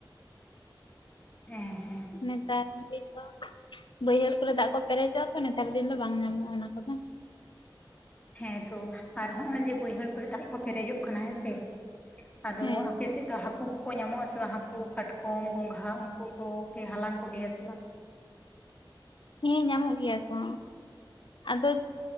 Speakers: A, on the left (about 15°); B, on the left (about 65°).
A: ᱦᱮᱸ ᱦᱮᱸ
B: ᱱᱮᱛᱟᱨ <unintelligible> ᱵᱟᱹᱭᱦᱟᱹᱲ ᱠᱚᱨᱮ ᱫᱟᱜ ᱠᱚ ᱯᱮᱨᱮᱡᱚᱜᱼᱟ ᱛᱚ᱾ ᱱᱮᱛᱟᱨ ᱫᱤᱱ ᱫᱚ ᱵᱟᱝ ᱧᱟᱢᱚᱜᱼᱟ, ᱚᱱᱟ ᱠᱚᱫᱚ᱾
A: ᱦᱮᱸ ᱛᱚ ᱟᱨ ᱦᱚᱸᱜ ᱚᱚᱭ ᱡᱮ ᱵᱟᱹᱭᱦᱟᱹᱲ ᱠᱚᱨᱮ ᱫᱟᱜ ᱠᱚ ᱯᱮᱨᱮᱡᱚᱜ ᱠᱟᱱᱟ ᱦᱮᱸᱥᱮ ᱟᱫᱚ
B: ᱦᱮᱸ
A: ᱟᱯᱮ ᱥᱮᱫ ᱫᱚ ᱦᱟᱹᱠᱩ ᱠᱚ ᱠᱚ ᱧᱟᱢᱚᱜᱼᱟ ᱥᱮ ᱵᱟᱝ᱾ ᱦᱟᱹᱠᱩ, ᱠᱟᱴᱠᱚᱢ, ᱜᱚᱸᱜᱷᱟ ᱩᱱᱠᱩ ᱠᱚ ᱯᱮ ᱦᱟᱞᱟᱝ ᱠᱚᱜᱮᱭᱟ ᱥᱮ ᱵᱟᱝ?
B: ᱦᱮᱸ ᱧᱟᱢᱚᱜ ᱜᱮᱭᱟ ᱠᱚ ᱟᱫᱚ